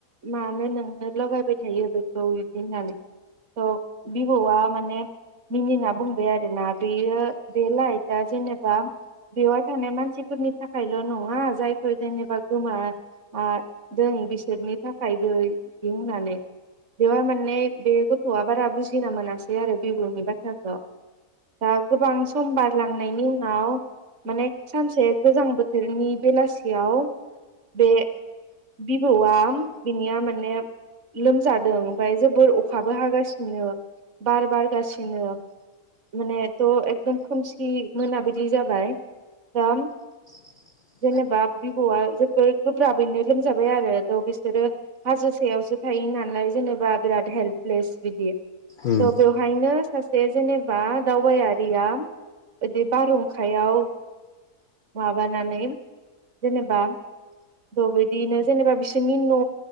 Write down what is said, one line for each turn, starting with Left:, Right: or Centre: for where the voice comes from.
Right: मानो नोंनो लगायबाय थायो बेखौ खौ बिबदि होननानै थ बिबौआ माने मिनि ना बुंबाय आरोना बेयो बे लाइटआ जेनेबा बेवहाय थानाय मानसिफोरनि थाखायल' नङा जायफोर जेनेबा गोमा आ जों आं बिसोरनि थाखायबो बिदि होननानै बेवहाय माने बे गथ'आ बारा बुजिना मोनासै आरो बिब'नि बाथ्राखौ दा गोबां सम बारलांनायनि उनाव माने सानसे गोजां बोथोरनि बेलासियाव बे बिबौआ बिनिया माने लोमजादों ओमफ्राय जोबोर अखाबो हागासिनो बार बारगासिनो मानेथ' एकदम खोमसि मोनाबिलि जाबाय ओम
Left: <inaudible>
Right: जेनेबा बिबौ'आ जबोद गोब्राबैनो लोमजाबाय आरो थ' बिसोरो हाजोसेयावसो थायो इ नालाय जेनेबा बिराद हेल्पलेस बिदि त'
Left: उम उम
Right: बेवहायनो सासे जेनेबा दावबायारिया इदि बा बो आखायाव माबानानै जेनेबा थ' बिदिनो जेनेबा बिसोरनि न'